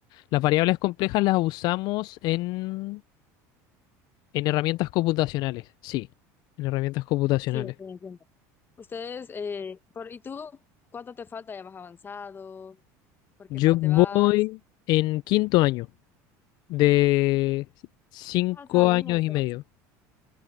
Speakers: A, on the left (about 60°); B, on the left (about 25°).
A: las variables complejas las usamos en, en herramientas computacionales, sí, en herramientas computacionales.
B: Sí, ok, entiendo. Ustedes, eh, por, ¿y tú cuánto te falta? ¿Ya vas avanzado? ¿Por qué
A: Yo
B: parte
A: voy
B: vas?
A: en quinto año, de cinco
B: Vas a salir
A: años
B: entonces.
A: y medio.